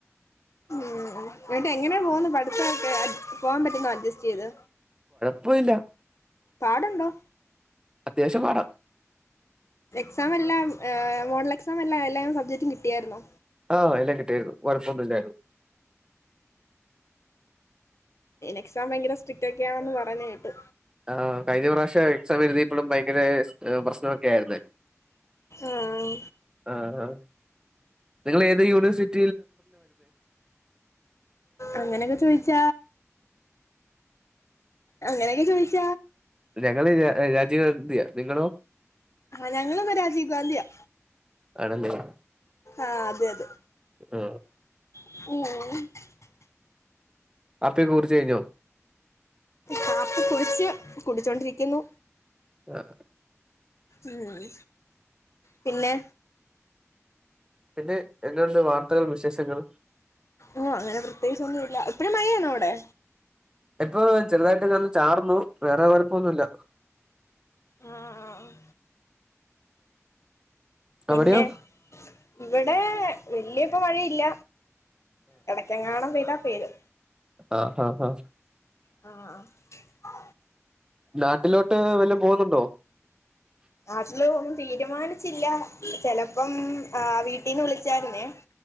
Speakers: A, on the left; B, on the right.
A: ഉംവീണ്ടും എങ്ങനെ പോകുന്നു പഠിത്തമൊക്കെ പോവാാൻ പറ്റുന്നോ അഡ്ജസ്റ്റ് ചെയ്ത്
B: പ്പോല
A: പാടുണ്ടോ
B: അത്യാവശ്യം പാട
A: എക്സാം എല്ലാം മോഡൽ എക്സാം എല്ലാം എല്ലാം സബ്ജക്ടും കിട്ടിയായിരുന്നോ
B: ആഹ എല്ലാം കിട്ടിയരുന്നു കൊഴപ്പൊന്നും ഇല്ലായിരുന്നു
A: ഇനിഎക്സാം ഭയങ്കര സ്ട്രിക്റ്റ് ഒക്കെയാണന്ന് പറഞ്ഞഞ് കേട്ട്
B: ആ കഴിഞ്ഞ പ്രാവശ്യം എക്സാം എഴുതിയപ്പോഴും ഭയങ്കര പ്രശ്നമൊക്കെ ആയിുന്ന
A: ആഹ്
B: ആഹ ആഹ നിങ്ങൾ ഏത് യൂണിവേഴ്സിറ്റി
A: അങ്ങനെ ചോദിച്ച അങ്ങനെ ക്കെ ചോദിച്ച
B: ഞങ്ങള് രാജീവേട്ടന്റയാ നിങ്ങളോ
A: ആ ഞങ്ങളും ത രാജീവ് ഗാന്ധി യാ
B: ആണല്ലേ
A: ആ അതെ അതെ
B: ആ
A: ഉം ഉം
B: കാപ്പിയൊക്കെ കുടിച്ചു കഴിഞ്ഞോ
A: കാപ്പി കുടിച്ച് കുടിച്ചു കൊണ്ടിരിക്കുന്നു
B: ആഹ്
A: ഉം പിന്നെ
B: പിന്നെ എന്തുണ്ട് വാർത്തകൾ വിശേഷങ്ങൾ
A: ആ അങ്ങനെ പ്രത്യേകിച്ച് ഒന്നുമില്ല ല്ല ഇപ്പോഴും മഴയാണോ അവിടെ
B: ഇപ്പോ ചെറുതായിട്ടൊന്നു ചാറുന്നു വേറെ കുഴപ്പമൊന്നുമില്ല
A: ആ ആ പിന്നെ
B: അവിടെയോ
A: ഇവിടെ വല്യപ്പ മഴയില്ല ഇടയ്ക്ക് എങ്ങാനും പെയ്ത പെയ്തു
B: ആഹാഹാ
A: ആ ആ
B: നാട്ടിലോട്ട് വല്ല പോകുന്നുണ്ടോ
A: നാട്ടിലെ ഒന്നും തീരുമാനിച്ചില്ല ചിലപ്പം ആവീട്ടീന്ന് വിളിച്ചായിരുന്നു